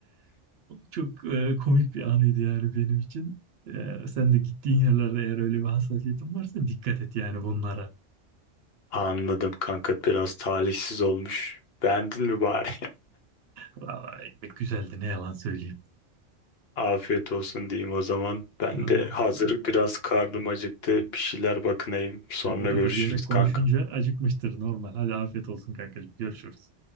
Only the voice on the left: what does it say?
Anladım kanka. Biraz talihsiz olmuş. Beğendin mi bari?
<laughs> Afiyet olsun diyeyim o zaman. Ben
de hazır
biraz karnım acıktı. Bir şeyler bakınayım. Sonra
görüşürüz
kanka.